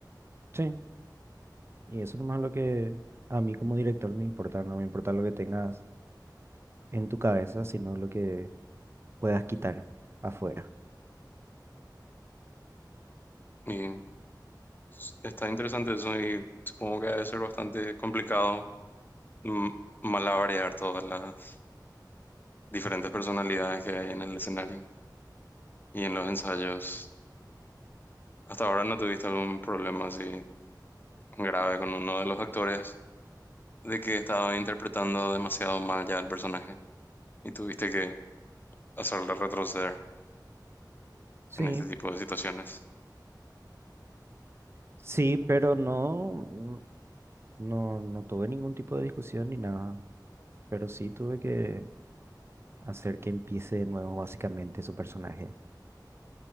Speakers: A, on the right (about 35°); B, on the left (about 25°).
A: Sí, y eso nomás es lo que a mí como director me importa, no me importa lo que tengas en tu cabeza, sino lo que puedas quitar afuera.
B: Y es- está interesante eso y supongo que debe ser bastante complicado mm, malabarear todas las diferentes personalidades que hay en el escenario y en los ensayos. ¿Hasta ahora no tuviste algún problema así grave con uno de los actores de que estaba interpretando demasiado mal ya el personaje y tuviste que hacerle retroceder
A: Sí,
B: en este tipo de situaciones?
A: sí, pero no, no, no tuve ningún tipo de discusión ni nada, pero sí tuve que hacer que empiece de nuevo básicamente su personaje.